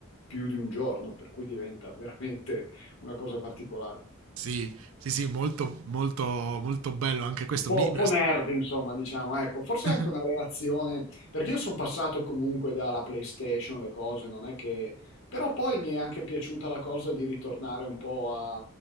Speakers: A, on the left (about 70°); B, on the right (about 80°).
A: più di un giorno, per cui diventa veramente una cosa particolare.
B: sì, sì, sì, molto, molto, molto bello anche questo.
A: Un
B: Mi...
A: po', un po' nerd, insomma, diciamo, ecco, forse
B: <laughs>
A: anche una relazione, perché io sono passato comunque dalla PlayStation, le cose, non è che... Però poi mi è anche piaciuta la cosa di ritornare un po' a,